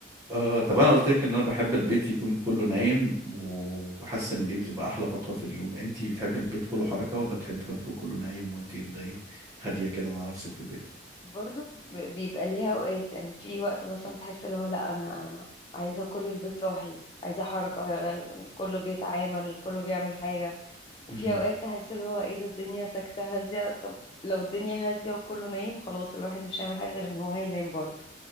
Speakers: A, on the right (about 20°); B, on the left (about 30°).
A: آه طب انا قلت لك ان انا بحب البيت يكون كله نايم وحاسس ان دي بتبقى احلى فقره في اليوم انتي بتحبي البيت كله حركه ولا بتحبي برضه كله نايم وانتي اللي إيه، هاديه كده مع نفسك في البيت
B: برضو ب- بيبقى ليها اوقات يعني في وقت مثلا تحس اللي هو لا انا عايزه كل البيت صاحي عايزه حركه آه، كله بيتعامل كله بيعمل حاجه وفي
A: امم
B: اوقات تحس اللي هو ايه ده الدنيا ساكته هاديه طب لو الدنيا هاديه وكله نايم خلاص الواحد مش هيعمل حاجه غير ان هو هينام برضو